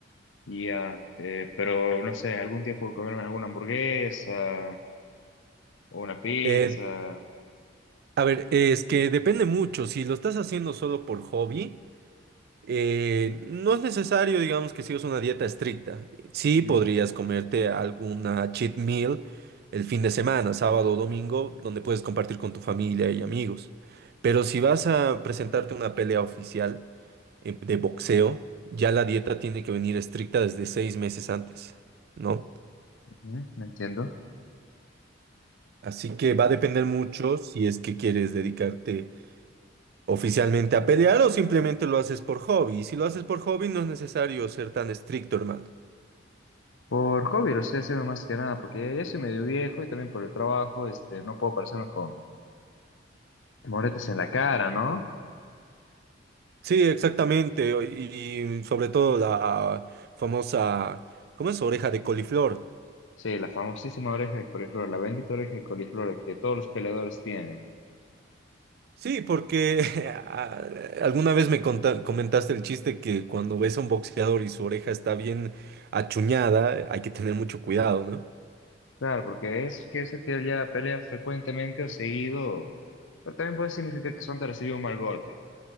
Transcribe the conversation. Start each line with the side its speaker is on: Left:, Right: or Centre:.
Left: Y Ya, eh, pero no sé, algún día puedo comerme alguna hamburguesa o una pizza.
Right: Eh, a ver, es que depende mucho. Si lo estás haciendo solo por hobby. Eh, no es necesario, digamos, que sigas una dieta estricta. Sí
Left: Ujú,
Right: podrías comerte alguna cheat meal el fin de semana, sábado o domingo, donde puedes compartir con tu familia y amigos. Pero si vas a presentarte una pelea oficial, eh, de boxeo, ya la dieta tiene que venir estricta desde seis meses antes, ¿no?
Left: ujú, no Entiendo.
Right: Así que va a depender mucho si es que quieres dedicarte oficialmente a pelear o simplemente lo haces por hobby. Y si lo haces por hobby, no es necesario ser tan estricto, hermano.
Left: Por hobby lo estoy haciendo más que nada, porque ya soy medio viejo y también por el trabajo, este, no puedo parecerme con moretes en la cara, ¿no?
Right: Sí, exactamente. o- Y, y sobre todo la famosa, ¿cómo es? Oreja de coliflor.
Left: Sí, la famosísima oreja de coliflor, la bendita oreja de coliflor que todos los peleadores tienen.
Right: Sí, porque <laughs> a- alguna vez me conta- comentaste el chiste que cuando ves a un boxeador y su oreja está bien achuñada, hay que tener mucho cuidado, ¿no?
Left: Claro, porque es que ese que ya pelea frecuentemente o seguido, pero también puede significar que Sonta recibió un mal golpe